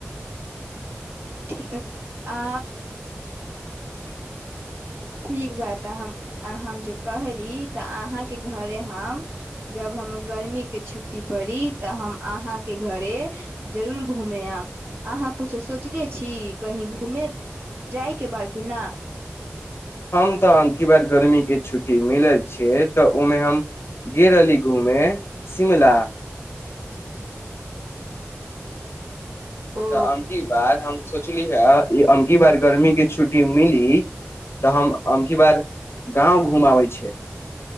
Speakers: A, on the right (about 60°); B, on the left (about 70°).
A: थी आ
B: ह
A: ठीक बात तऽ हम हम जे कहली तऽ अहाँके घरे हम जब हम गर्मी के छुट्टी पड़ी तऽ हम अहाँके घरे जरूर घूमे आयब अहाँ कछो सोचले छी कही घूमे जायके बाद किना
B: हम तऽ अके बार गर्मीके छुट्टी मिलल छै तऽ ओहिमे हम गेल रहली घूमेय शिमला
A: ओ
B: तऽ अमकी बार हम सोचली हे ई अमकी बार गर्मीके छुट्टी मिली तऽ हम अमकी बार गाँव घूम आबै छ